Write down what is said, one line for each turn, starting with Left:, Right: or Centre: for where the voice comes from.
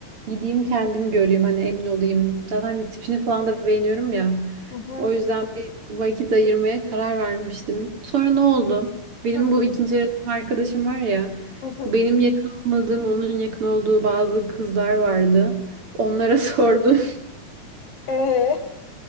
Right: gideyim kendim göreyim hani emin olayım. Zaten hani tipini falan da beğeniyorum ya.
Left: Hı hı.
Right: O yüzden bir vakit ayırmaya karar vermiştim. Sonra ne oldu? Benim
Left: Hı
Right: bu ikinci öğretim arkadaşım var ya.
Left: hı.
Right: Benim yakın olmadığım onun yakın olduğu bazı kızlar vardı. Onlara <laughs> sordum.
Left: Ee,